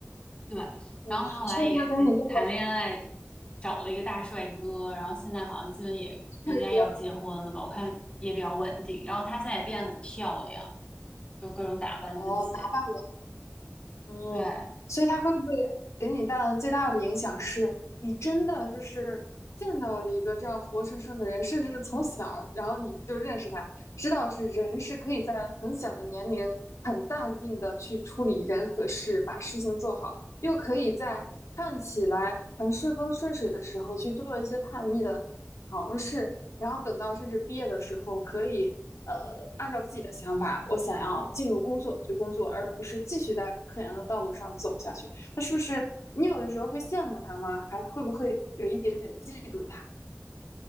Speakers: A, on the left (about 20°); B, on the left (about 90°).
A: 对。
B: 嗯，
A: 然后他后来也进谈恋爱，
B: 所以他给你带了
A: 找了一个大帅哥，然后现在好像基本也应该要结婚了吧，
B: 帅哥，
A: 我看也比较稳定。然后她现在也变得很漂亮，就各种打扮自己，
B: 哦，打扮。嗯，
A: 对。
B: 所以他会不会给你带来的最大的影响是，你真的就是见到了一个这样活生生的人，甚至是从小，然后你就认识他，知道是人是可以在很小的年龄很淡定的去处理人和事，把事情做好，又可以在看起来很顺风顺水的时候去做一些叛逆的尝试，然后等到甚至毕业的时候，可以呃，按照自己的想法，我想要进入工作去工作，而不是继续在科研的道路上走下去。那是不是你有的时候会羡慕他吗？还会不会有一点点嫉妒他？